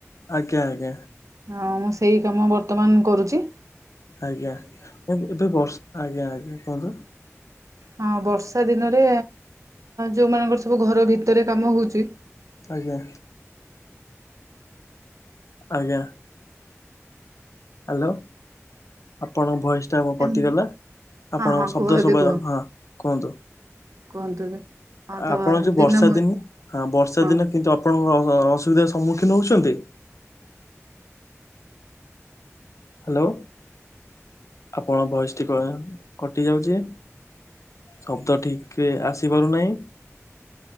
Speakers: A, on the left; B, on the right.
A: ଆଜ୍ଞା, ଆଜ୍ଞା।
B: ଅଁ, ମୁଁ ସେଇ କାମ ବର୍ତ୍ତମାନ କରୁଚି।
A: ଆଜ୍ଞା। ଆମ ଏବେ ବର୍ଷ ଆଜ୍ଞା, ଆଜ୍ଞା କୁହନ୍ତୁ?
B: ହଁ, ବର୍ଷା ଦିନରେ ଯୋଉମାନଙ୍କର ସବୁ ଘର ଭିତରେ କାମ ହୋଉଚି
A: ଆଜ୍ଞା। ଆଜ୍ଞା। ହାଲୋ, ଆପଣଙ୍କ ଭଏସ ଟା କଣ କଟିଗଲା।
B: ଏମି
A: ଆପଣଙ୍କ
B: ହଁ ହଁ
A: ଶବ୍ଦ
B: କୁହ ଏବେ
A: ଶୁଭା
B: କୁହ
A: ଜାଉନି। ହଁ, କୁହନ୍ତୁ?
B: କୁହନ୍ତୁ ଏବେ ହଁ ତ
A: ଆପଣ ଯୋଉ ବର୍ଷା
B: ଦିନ ମୁଁ
A: ଦିନେ ହଁ, ବର୍ଷା
B: ହଁ
A: ଦିନ କିନ୍ତୁ ଆପ ଆପଣଙ୍କ ଅ ଅ ଅସୁବିଧାର ସମ୍ମୁଖୀନ ହୋଉଚନ୍ତି? ହାଲୋ ଆପଣ ଭଏସ୍ ଟି କଣ କଟିଯାଉଚି। ଶବ୍ଦ ଠିକରେ ଆସିପାରୁନାହିଁ।